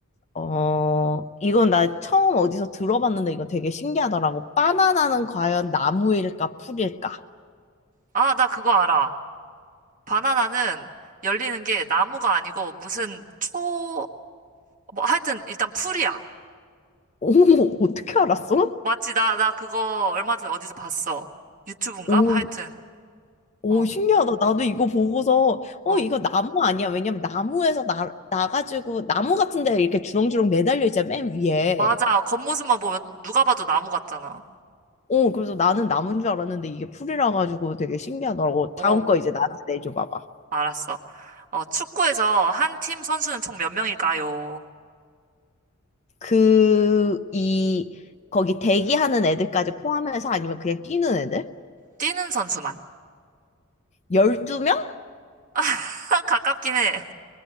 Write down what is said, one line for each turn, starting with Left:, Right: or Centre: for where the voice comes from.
Left: 어 이건 나 처음 어디서 들어봤는데 이거 되게 신기하더라고. 바나나는 과연 나무일까 풀일까?
Right: 아, 나 그거 알아. 바나나는 열리는 게 나무가 아니고 무슨 초, 뭐 하여튼 일단 풀이야.
Left: 오, <laughs> 어떻게 알았어?
Right: 맞지? 나, 나 그거 얼마 전에 어디서 봤어. 유튜브인가?
Left: 오,
Right: 뭐 하여튼.
Left: 오,
Right: 어,
Left: 신기하다. 나도 이거 보고서 어
Right: 어.
Left: 이거 나무 아니야? 왜냐면 나무에서 나 나가지고 나무 같은 데 이렇게 주렁주렁 매달려 있잖아 맨 위에.
Right: 맞아. 겉모습만 보면 누가 봐도 나무 같잖아.
Left: 어 그래서 나는 나무인 줄 알았는데 이게 풀이라 가지고 되게 신기하더라고.
Right: 어,
Left: 다음 거 이제 나한테 내줘 봐봐.
Right: 알았어. 어, 축구에서 한 팀 선수는 총 몇 명일까요?
Left: 그, 이, 거기 대기하는 애들까지 포함해서 아니면 그냥 뛰는 애들?
Right: 뛰는 선수만.
Left: 12명?
Right: <laughs> 가깝긴 해.